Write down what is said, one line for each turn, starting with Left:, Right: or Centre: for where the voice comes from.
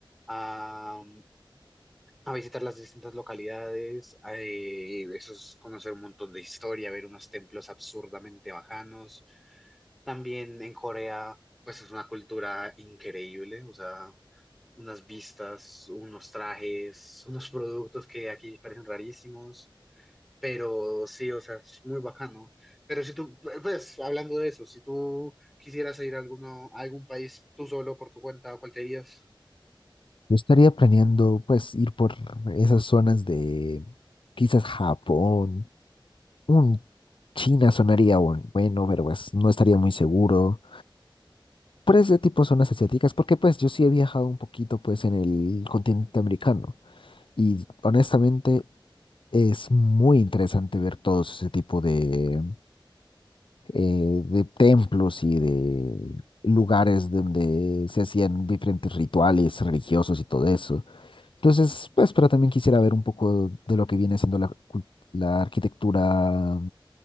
Centre: a, a visitar las distintas localidades, a, eh, eso es conocer un montón de historia, ver unos templos absurdamente bajanos. También en Corea, pues es una cultura increíble, o sea, unas vistas, unos trajes, unos productos que aquí parecen rarísimos. Pero sí, o sea, es muy bacano. Pero si tú, pues, hablando de eso, si tú quisieras ir a, alguno, a algún país tú solo por tu cuenta, ¿cuál te irías?
Left: Yo estaría planeando, pues, ir por esas zonas de quizás Japón, un China sonaría bon- bueno, pero pues no estaría muy seguro. por ese tipo de zonas asiáticas, porque pues yo sí he viajado un poquito pues en el continente americano y honestamente es muy interesante ver todo ese tipo de, eh, de templos y de lugares donde se hacían diferentes rituales religiosos y todo eso. Entonces, pues, pero también quisiera ver un poco de lo que viene siendo la, cul- la arquitectura